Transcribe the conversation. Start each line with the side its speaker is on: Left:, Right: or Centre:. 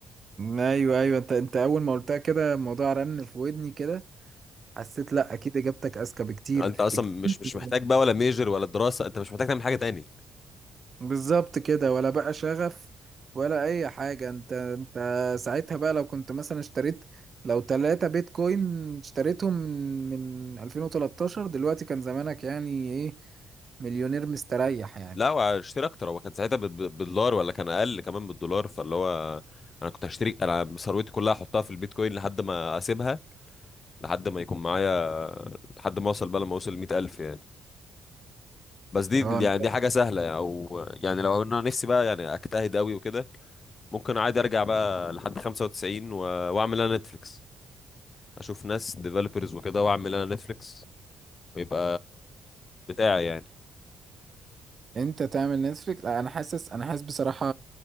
Right: ايوه ايوه انت انت اول ما قلتها كده الموضوع رن في ودني كده حسيت لا اكيد اجابتك اذكى بكتير
Left: انت اصلا
Right: بكتير
Left: مش مش محتاج بقى ولا ميجر ولا دراسه انت مش محتاج تعمل حاجه تاني
Right: بالظبط كده ولا بقى شغف ولا اي حاجه انت انت ساعتها بقى لو كنت مثلا اشتريت لو 3 بيتكوين اشتريتهم من من 2013 دلوقتي كان زمانك يعني ايه مليونير مستريح يعني
Left: لا واشتري اكتر هو كان ساعتها ب- ب- بالدولار ولا كان اقل كمان بالدولار فاللي هو انا كنت هشتري انا ثروتي كلها احطها في البيتكوين لحد ما اسيبها لحد ما يكون معايا لحد ما اوصل بقى لما اوصل 100000 يعني بس دي
Right: اه
Left: يعني دي حاجة سهلة يعني او يعني لو انا نفسي بقى يعني اجتهد قوي وكده ممكن عادي ارجع بقى لحد 95 و... واعمل انا نتفليكس اشوف ناس ديفلوبرز وكده واعمل انا نتفليكس ويبقى بتاعي يعني
Right: انت تعمل نتفليكس لا، انا حاسس انا حاسس بصراحة